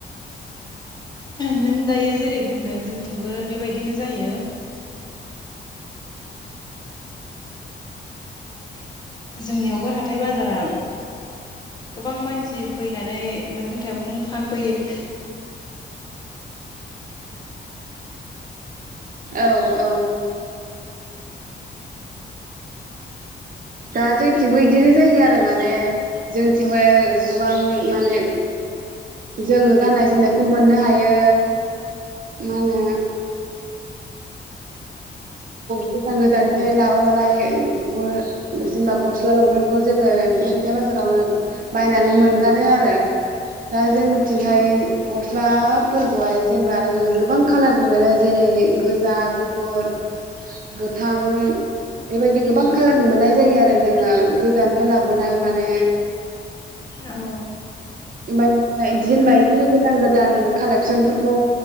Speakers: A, on the left; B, on the right.
A: नों दायो जेरै बुंदों जोंथिंबो बेबायदिनो जायो जोंनियावबो हाथाय बाजारा गोबां मानसि फैनानै मैगं थाइगं फानफैयो
B: औ-औ दा जोंथिंबो इदिनो जायो आरो माने जोंथिंबो गोबां माने जोंङो गाननाय जोमनायखौ मोननो हायो मा होनो गोजान गोजाननिफ्राय लाबोबाय ग जेनेबा गस्ला लंपेन्टखौ जोंङो बे हाथाय बाजारावनो बायनानै मोनगानो आरो दा जोंथिंहाय गस्लाफोरखौहाय जेनेबा जोंङो गोबां खाालारनि मोनो जेरै गोजा, गुफुर गोथां बेबायदि गोबां खाालारनि मोननाय जायो आरो जोंङो गोजाननि लाबोनाय माने
A: औ
B: बायदिसिना <unintelligible> बिदिनो गोदान-गोदान कालेकसनफोरखौ